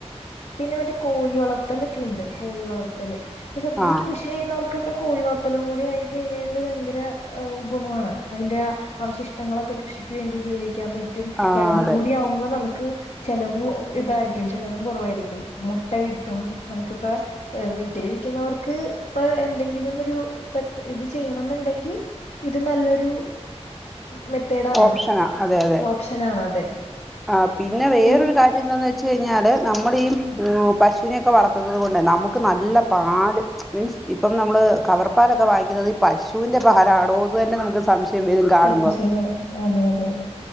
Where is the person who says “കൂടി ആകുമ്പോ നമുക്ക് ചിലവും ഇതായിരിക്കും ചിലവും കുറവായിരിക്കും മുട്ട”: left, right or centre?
Left